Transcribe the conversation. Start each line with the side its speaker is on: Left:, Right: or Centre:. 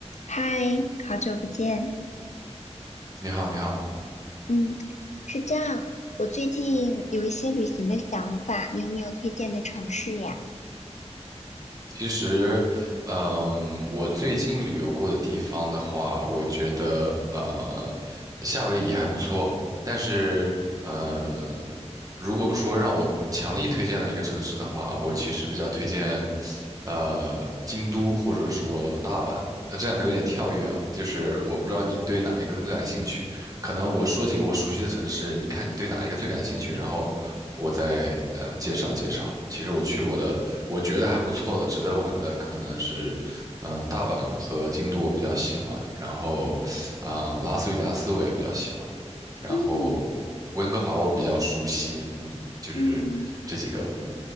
Left: 嗨，好久不见。
Right: 你好，你好。
Left: 嗯，是这样，我最近有一些旅行的想法，你有没有推荐的城市呀？
Right: 其实，嗯，我最近旅游过的地方的话，我觉得呃，夏威夷还不错。但是，呃，如果说让我强力推荐的一个城市的话，我其实比较推荐，呃，京都或者说大阪。呃，这两个有点跳跃啊，就是我不知道你对哪一个更感兴趣。可能我说几个我熟悉的城市，你看你对哪一个最感兴趣，然后我再呃介绍介绍。其实我去过的，我觉得还不错的，值得玩的可能是，嗯、大阪和京都我比较喜欢，然后啊、呃拉斯维加斯我也比较喜欢，然后温哥华我比较熟悉，
Left: 嗯
Right: 嗯，就是这几个，
Left: 嗯
Right: 嗯，